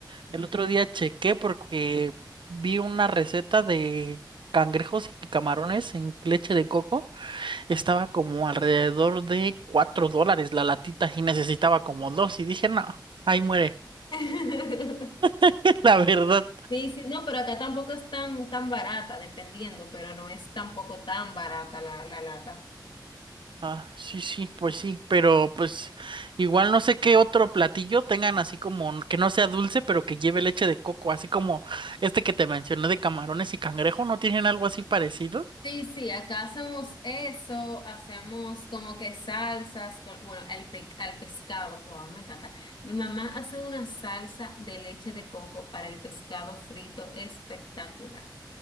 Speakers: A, on the right; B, on the left.
A: El otro día chequé porque vi una receta de cangrejos y camarones en leche de coco. Estaba como alrededor de 4 dólares la latita y necesitaba como dos. Y dije, no, ahí muere.
B: <laughs>
A: <laughs> La verdad.
B: Sí, sí, no, pero acá tampoco es tan, tan barata, dependiendo, pero no es tampoco tan barata la, la lata.
A: Ah, sí, sí, pues sí. Pero pues igual no sé qué otro platillo tengan así como que no sea dulce, pero que lleve leche de coco. Así como este que te mencioné de camarones y cangrejo. ¿No tienen algo así parecido?
B: Sí, sí, acá hacemos eso, hacemos como que salsas, con- bueno, al, pe- al pescado, wow, me encanta. Mi mamá hace una salsa de leche de coco para el pescado frito espectacular.